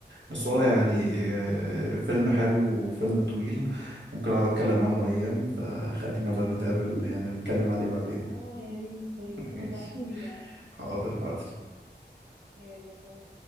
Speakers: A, on the right (about 55°); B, on the right (about 80°).
A: م-
B: بس
A: م.
B: هو يعني آه، فيلم حلو وفيلم طويل ممكن اقعد اتكلم عنه ايام فخلينا بقى نتقابل
A: طب
B: يعني نتكلم عليه بعدين
A: اه يا ريت طيب
B: <laughs>
A: طب
B: ماشي
A: ابعتهولي بقى
B: حاضر حاضر
A: يلا باي